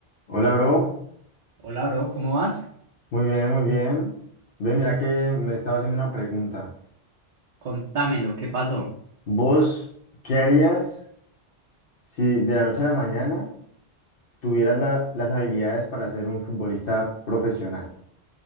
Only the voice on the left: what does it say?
Hola, bro.
Muy bien, muy bien. Ve, mira que me estaba haciendo una pregunta.
¿Vos qué harías si de la noche a la mañana tuvieras la- las habilidades para ser un futbolista profesional?